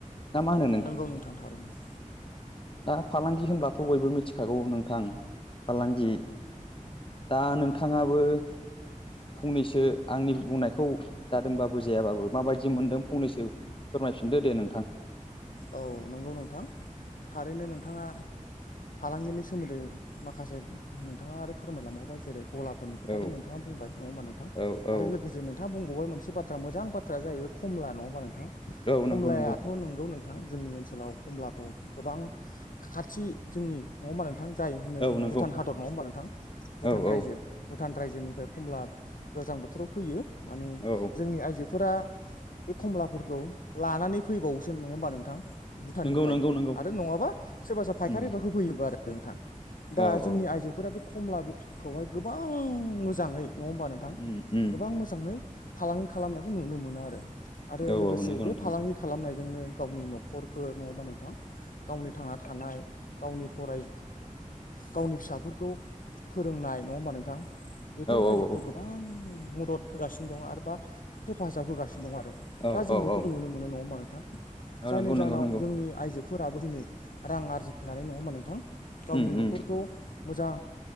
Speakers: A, on the left (about 40°); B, on the left (about 80°).
A: ना मा होनो
B: नंगौ नोंथां थारैनो।
A: दा फालांगि होनब्लाथ बयबो मिथिखागौ नोंथां। फालांगि दा नोंथाङाबो फंनैसो आंनि बुंनायखौ जादोंबाबो जायाबाबो माबायदि मोनदों? फंनैसो फोरमायफिनदो दे नोंथां।
B: औ नंगौ नोंथां। थारैनो नोंथाङा फालांगिनि सोमोन्दै माखासे नोंथाङा आरो फोरमायलांबावबाय जेरै गलाफोरनि खोथाखौ
A: औ
B: नोंथाङा बुंबाय नङा हबा नोंथां।
A: औ औ
B: लोगोसे नोंथाङा बुं बेयाव मोनसे बाथ्रा मोजां बाथ्रा जाहैबाय खमला नङा होमा नोंथां?
A: औ
B: खमलायाथ
A: नंगौ नंगौ
B: नोंगौ नोंथ थां जोंनि ओनसोलाव कमलाखौ गोबां खाथि जोंनि नङा होबा जा होन
A: औ
B: जो
A: नंगौ
B: भुटान हादर नङा होनबा नोंथां? भुटान
A: औ
B: रायजो
A: औ
B: भुटान रायजोनिफ्राय खमला गोजां बोथोराव फैयो। माने
A: औ
B: जोंनि आयजो फोरा बे खमलाफोरखौ लानानै फैबावोसो नङा होमबा नोंथां? भुटाननिफ्राय
A: नंगौ नंगौ नंगौ
B: आरो नङाबा सोरबा सोरबा फायखारिफोर
A: उम
B: होफैयोबो आरो नोंथां। दा
A: औ
B: जोंनि
A: औ
B: आइजोफोरा बे खमलाखौहाय गोबां मोजाङै नङा होमबा नोंथां।
A: उम उम
B: गोबां मोजाङै फालांगि खालामनायखौ नुनो मोनो आरो आरो
A: औ
B: लोगोसे
A: औ नंगौ
B: बे
A: नोंथां
B: फालांगि खालामनायजोंनो गावनि नख' रहरफोर नङबा नोंथां। गावनि थांना थानाय गावनि फराय गावनि फिसाफोरखौ फोरोंनाय नङा होमबा नोंथां? बेफोरबायदियाव
A: औ औ औ
B: गोबां मदद होगासिनो दं आरो बा हेफाजाब होगासिनो दं आरो
A: औ
B: दा जों
A: औ
B: बेफोरखौ
A: औ
B: नुनो मोनो नङा होमबा नोंथां?
A: औ
B: जायनि
A: नंगौ नंगौ
B: जाहोनाव
A: नंगौ
B: जोंनि आइजोफोराबो दिनै रां आरजिनानै नङामोन नोंथां। गावनि
A: उम उम
B: नखरखौ मोजां